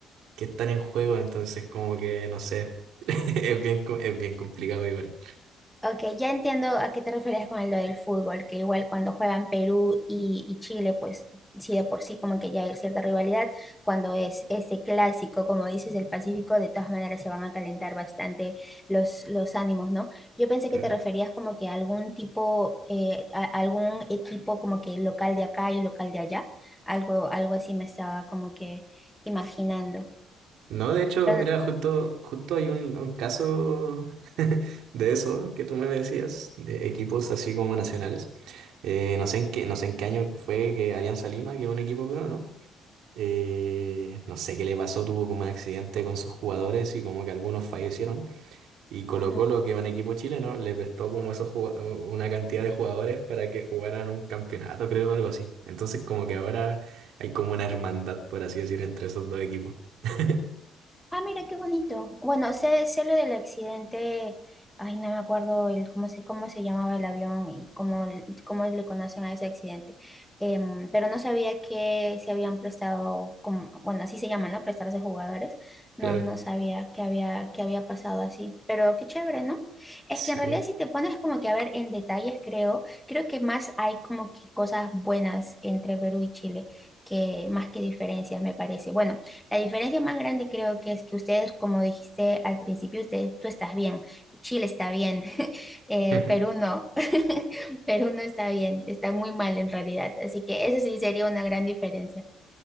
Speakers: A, on the right; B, in the centre.
A: que están en juego, entonces como que, no sé, <laughs> es bien, co- es bien complicado igual.
B: ok, ya entiendo a qué te referías con lo del fútbol, que igual cuando juegan Perú y, y Chile, pues sí de por sí como que ya hay cierta rivalidad, cuando es este clásico, como dices, del Pacífico, de todas maneras se van a calentar bastante los, los ánimos, ¿no? Yo pensé
A: Claro.
B: que te referías como que a algún tipo, eh, a- a algún equipo como que local de acá y local de allá, algo, algo así me estaba como que imaginando.
A: No, de hecho,
B: Pero
A: mira,
B: no-
A: justo, justo hay un, un caso <laughs> de eso que tú me decías, de equipos así como nacionales. Eh, no sé en qué, no sé en qué año fue que Alianza Lima, que es un equipo peruano, ¿no? eh, no sé qué le pasó, tuvo como un accidente con sus jugadores y como que algunos fallecieron. Y Colo
B: ¿así?
A: Colo, que es un equipo chileno, le prestó como esos jugua- una cantidad de jugadores para que jugaran un campeonato, creo, algo así. Entonces como que ahora hay como una hermandad, por así decir, entre esos dos equipos. <laughs>
B: Ah, mira qué bonito. Bueno, sé, sé lo del accidente. Ay, no me acuerdo el cómo se, cómo se llamaba el avión y cómo, l- cómo le conocen a ese accidente. Em, pero no sabía que se habían prestado, como, bueno, así se llama, ¿no? Prestarse jugadores.
A: Claro.
B: No, no sabía que había, que había pasado así. Pero qué chévere, ¿no? Es
A: Sí.
B: que en realidad si te pones como que a ver en detalles, creo, creo que más hay como que cosas buenas entre Perú y Chile, que más que diferencias, me parece. Bueno. La diferencia más grande creo que es que ustedes, como dijiste al principio, ustedes, tú estás bien, Chile está bien, <laughs> eh,
A: <laughs>
B: Perú no, <laughs> Perú no está bien, está muy mal en realidad. Así que eso sí sería una gran diferencia.